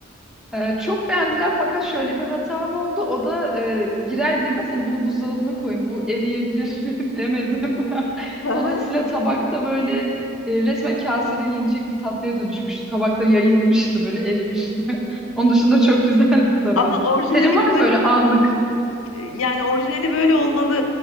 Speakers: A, in the centre; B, on the left.
A: Ee, çok beğendiler fakat şöyle bir hatam oldu. O da e, girer girmez hani bunu buzdolabına koyun bu eriyebilir <laughs> demedim. <laughs>
B: Hı hı.
A: Dolayısıyla tabakta böyle e, resmen kasede yenecek bir tatlıya dönüşmüştü. Tabakta yayılmıştı böyle erimişti. <laughs> Onun dışında çok güzeldi tadı.
B: Ama orijinali
A: Senin var
B: böyle
A: mı böyle anlık?
B: yani orijinali böyle olmalı